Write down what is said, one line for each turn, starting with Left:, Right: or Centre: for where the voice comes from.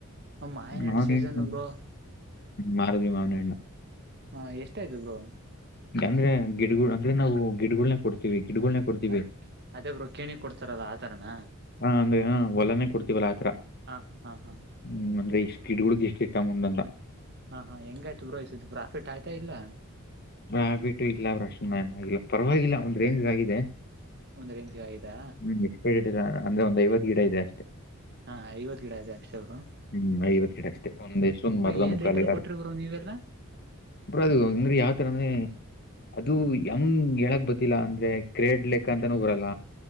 Right: ಮಾವಿನ
Left: ಮಾವಿನೆಣ್ಣು
Right: ಹಣ್ಣು ಸೀಸನ್ ಬ್ರೋ
Left: ಮಾರುದ್ವಿ ಮಾವಿನೆಣ್ಣು.
Right: ಹಾ ಎಷ್ಟಯ್ತು ಬ್ರೋ
Left: ಅಂದ್ರೆ ಗಿಡಗಳು ಅಂದ್ರೆ ನಾವು ಗಿಡಗಳನೆ ಕೊಡ್ತೀವಿ. ಗಿಡಗಳನ್ನ ಕೊಡ್ತೀವಿ
Right: ಆಯ್ತ್ ಅದೇಬ್ರು ಕೇಣಿ ಕೊಡ್ತಾರಲ್ಲ ಆತರನ.
Left: ಹಾ ಅಂದ್ರೆ ಹ ಒಲನೆ ಕೊಡ್ತಿವಲ್ಲಾ ಆತರ
Right: ಹಾ ಹಾ ಹಾ
Left: ಹ್ಮ್ ಅಂದ್ರೆ ಸ್ಪೀಡ್ಗಳ ಎಷ್ಟ ಅಮೌಂಟ್ಟಂತ
Right: ಹಾ ಹಾ ಹೆಂಗಾಯ್ತು ಬ್ರೋ ಈ ಸತಿ ಪ್ರಾಫಿಟ್ ಆಯ್ತಾ ಇಲ್ಲ.
Left: ಪ್ರಾಫಿಟ್ ಇಲ್ಲ ಬ್ರೋ ಅಷ್ಟನ್ಲ ಪರವಾಗಿಲ್ಲ ಒಂದ್ ರೇಂಜ್ ಆಗಿದೆ.
Right: ಒಂದ್ರ ಇಂಚ್ ಯದಾ
Left: ಹ್ಮ್ ಎಕ್ಸ್ಪೈರ್ಡ್ ಅಂದ್ರೆ ಒಂದು ಐವತ್ತು ಗಿಡ ಇದೆ ಅಷ್ಟೇ
Right: ಹಾ ಐವತ್ ಗಿಡ ಆದೆ ಅಕ್ಷ ಅವರು
Left: ಹ್ಮ್ ಐವತ್ತಡ್ ಅಷ್ಟೇ ಒಂದ ಎಷ್ಟೊಂದ್ ಮರದ
Right: ಏನ್
Left: ಮುಖಾಲಿ
Right: ರೇಟ್ ಅಲ್ಲಿ
Left: ಯಾರ
Right: ಕೊಟ್ರಿ ಬ್ರೋ ನೀವೆಲ್ಲ
Left: ಬ ಅದು ಅಂದ್ರೆ ಯಾವ ತರ ೆ ಅದು ಹೆಂಗ್ ಹೇಳಕ್ ಬತಿಿಲ್ಲ ಅಂದ್ರೆ ಕ್ರೇಡ್ ಲೆಕ್ಕ ಅಂತಾನೂ ಬರಲ್ಲ